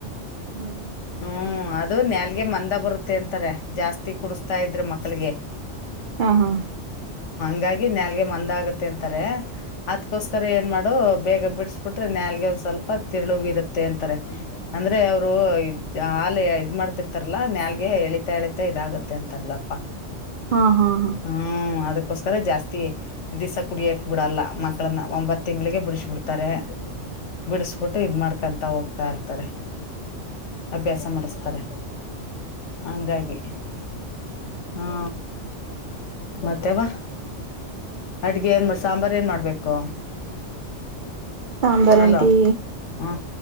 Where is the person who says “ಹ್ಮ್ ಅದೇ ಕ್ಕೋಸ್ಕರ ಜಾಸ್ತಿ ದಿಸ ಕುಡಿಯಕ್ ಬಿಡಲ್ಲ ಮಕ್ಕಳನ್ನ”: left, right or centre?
Left